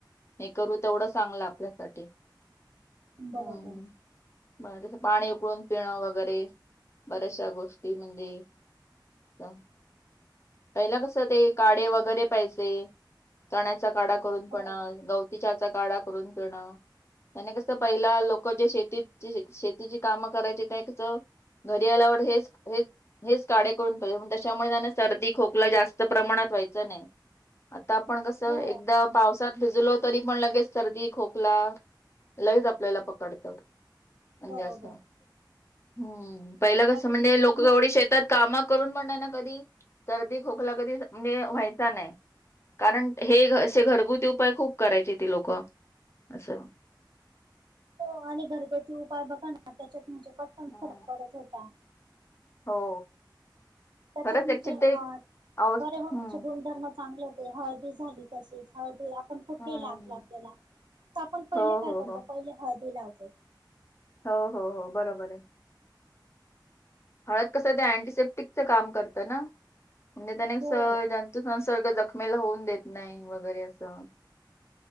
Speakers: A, on the left (about 35°); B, on the right (about 70°).
A: हे करू तेवढं चांगलं आपल्यासाठी हम्
B: बरोबर
A: बर त पाणी उकळून पिणं वगैरे बऱ्याचशा गोष्टी म्हणजे <inaudible> पहिला कस ते काढे वगैरे पाहिजे चण्याचा काडा करून पण
B: हो
A: ग तिच्याचा काढा करून पिणं आणि कसं पहिला लोक जे शेती शेतीची कामं करायचे ते कस घरी आल्यावर हेच हे हेच काढे करून <unintelligible> त्याच्यामुळे त्यांना सर्दी खोकला जास्त प्रमाणात व्हायचा नाही आता आपण कस एकदा
B: हो
A: पावसात भिजलो तरी पण लगेच सर्दी खोकला लगेच आपल्याला पकडतं म्हणजे
B: बरोबर
A: अस हम्म पहिलं कस
B: आणि
A: म्हणजे लोक
B: मग
A: एवढी शेतात काम करून पण नाही ना कधी सर्दी खोकला कधी म्हणजे व्हायचा नाही कारण हे असे घरगुती उपाय खूप करायचे ती लोक असं
B: हो आणि घरगुती उपाय बघा ना त्याच्यात म्हणजे पटकन
A: हा.
B: फरक पडत होता
A: हो
B: त्याच्यात
A: खरंच
B: म्हणजे
A: एकचि
B: अ
A: ते आव हम्म.
B: बरे होण्याचे गुणधर्म चांगले ते हळदी झाली तशीच हळदी आपण कुठली
A: हम्म
B: लागेल आपल्याला तर आपण पहिले
A: हो
B: काय
A: हो
B: करतो
A: हो
B: पहिले हळदी लावतो
A: हो हो हो बरोबर आहे हळद कसं ते अँटीसेप्टिकचं काम करतं ना म्हणजे त्याने असं
B: हो
A: जंतू संसर्ग जखमेला होऊन देत नाही वगैरे असं